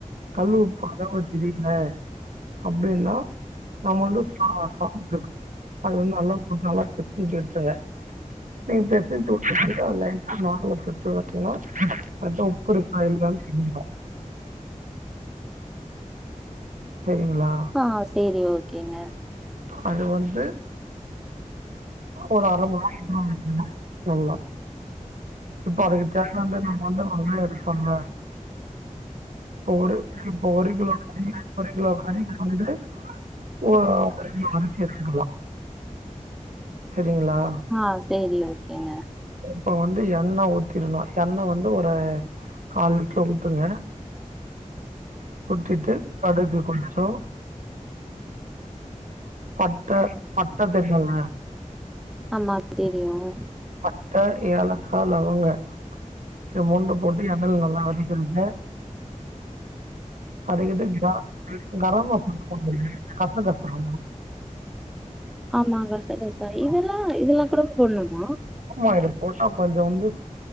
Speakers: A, on the right (about 75°); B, in the centre.
A: கல்லு உப்பு அளவு தெரியல அப்டின்னா நம்மளட ச சமைச்ச இருக்க அது நல்லா நல்லா பிசஞ்சு விட்டுருங்க நீங்க பெசஞ்சு உட் <unintelligible> லைட்டா நாக்குல தொட்டு பத்தன்னா கரெட்டா உப்பு இருக்க இல்லயான்னு தெருஞ்சிரு செரிங்களா
B: அ சேரி ஓகேங்க
A: அது வந்து ஒரு அர மணி நேரோ இருக்கணு <unintelligible> நல்லா இப்ப அதுக்கு தேவை வந்து நம்ம வந்து நல்ல எடுப்பேன்ல இப்போ ஒரு இப்போ ஒரு கிலோ கறி ஒரு கிலோ கறிக்கு வந்துட்டு ஒ ஒரு <unintelligible> அரிசி எடுத்துகலா செரிங்களா
B: ஆ சேரி ஓகேங்க
A: இப்ப வந்து எண்ண ஊத்திரணு எண்ண வந்து ஒரு கால் லிட்டரு ஊத்துங்க ஊத்திட்டு கடுகு கொஞ்சோ பட்ட பட்டத் தெரியுல
B: ஆமா தெரியும்.
A: பட்ட ஏலக்காய் லவங்க இது மூண்டு போட் எண்ணையில் நல்லா வதக்கிருங்க அது இது க கரம் மசாலா போட்டு கச கசல
B: ஆமா கச கச இதெல்லா இதெல்லா கூட போடண்ணுமா
A: அமா இது போட்டா கொஞ்சோ வந்து